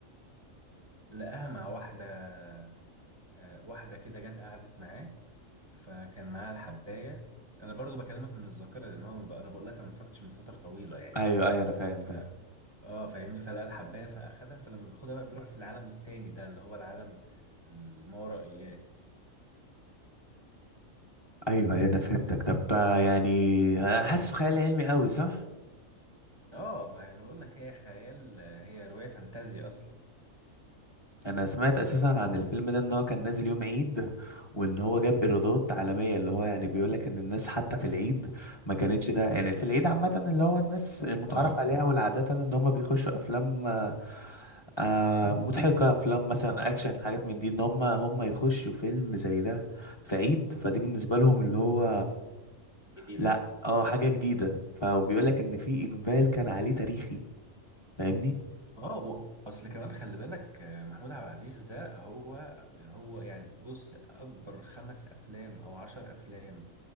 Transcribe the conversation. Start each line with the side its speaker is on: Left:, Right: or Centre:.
Right: لقاها مع واحدة آه، واحدة كده جت قعدت معاه فكان معاها الحباية أنا برضو بكلمك من الذاكرة لأن هو أنا بقول لك أنا ما اتفرجتش من فترة طويلة يعني
Left: ايوه ايوه انا فاهم
Right: ف
Left: فاهم
Right: اه فاهمني فلقى الحباية فأخدها فلما بياخدها بقى بيروح في العالم التاني ده اللي هو العالم الماورائيات
Left: ايوه ايوه انا فهمتك طب آه، يعني انا حاسه خيال علمي قوي صح
Right: اه ما أنا بقول لك هي خيال هي رواية فانتازيا أصلا
Left: انا سمعت اساسا عن الفيلم ده ان هو كان نازل يوم عيد وان هو جاب ايرادات عالميه اللي هو يعني بيقول لك ان الناس حتى في العيد ما كانتش ده يعني
Right: مم.
Left: في العيد عامه اللي هو الناس المتعارف
Right: اه
Left: عليها والعاده ان هم بيخشوا افلام آه، آه، مضحكه افلام مثلا اكشن حاجات من دي ان هم هم يخشوا فيلم زي ده في عيد فدي بالنسبه لهم اللي هو
Right: جديدة
Left: لا اه
Right: حصل
Left: حاجه جديده فبيقول لك ان في اقبال كان عليه تاريخي فاهمني
Right: اه و- اصل كمان خلي بالك آه، محمود عبد العزيز ده هو هو يعني بص اكبر خمس افلام او عشر افلام